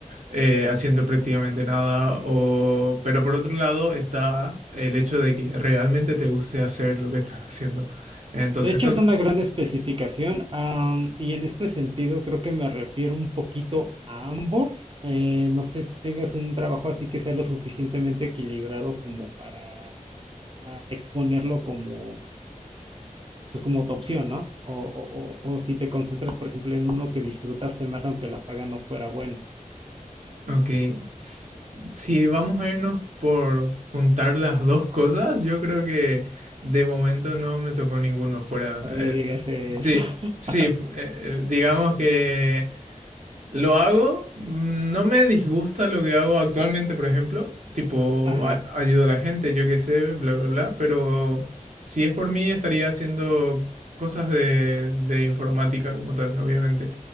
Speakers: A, on the right; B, on the right.
A: eh, haciendo prácticamente nada. O... Pero por otro lado está el hecho de que realmente te guste hacer lo que estás haciendo. Entonces,
B: De hecho,
A: no,
B: es una gran especificación, am, y en este sentido creo que me refiero un poquito a ambos. Eh, no sé si tengas un trabajo así que sea lo suficientemente equilibrado como para ah, exponerlo como, pues como tu opción, ¿no? O, o- o- o si te concentras, por ejemplo, en uno que disfrutaste más aunque la paga no fuera buena.
A: Ok, s- si vamos a irnos por juntar las dos cosas, yo creo que de momento no me tocó ninguno fuera.
B: No me
A: eh,
B: digas eso.
A: sí,
B: <laughs>
A: sí, fu- eh, eh, digamos que lo hago, no me disgusta lo que hago actualmente, por ejemplo, tipo
B: Ajá.
A: a- ayudo a la gente, yo qué sé, bla, bla, bla, pero si es por mí estaría haciendo cosas de, de informática como tal, obviamente.